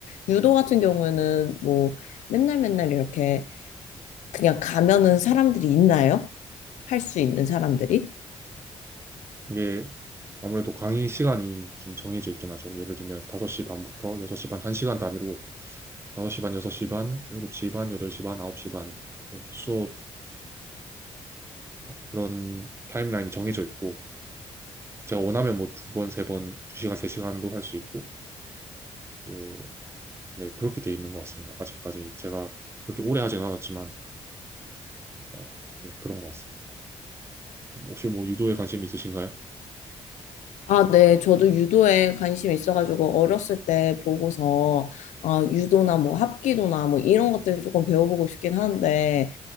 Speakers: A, on the left; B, on the right.
A: 유도 같은 경우에는 뭐 맨날 맨날 이렇게 그냥 가면은 사람들이 있나요? 할 수 있는 사람들이?
B: 이게 아무래도 강의 시간이 좀 정해져 있긴 하죠. 예를 들면 5시 반부터 6시 반 1시간 단위로 5시 반, 6시 반, 7시 반, 8시 반, 9시 반 이렇게 수업이랄까? 그런 타임라인이 정해져 있고 제가 원하면 뭐 두 번, 세 번, 두 시간, 세 시간도 할 수 있고 또 네, 그렇게 돼 있는 것 같습니다. 아직까지 제가 그렇게 오래 하진 않았지만 어, 네, 그런 것 같습니다. 혹시 뭐 유도에 관심이 있으신가요?
A: 아, 네. 저도 유도에 관심이 있어가지고 어렸을 때 보고서 아, 유도나 뭐 합기도나 뭐 이런 것들 조금 배워보고 싶긴 하는데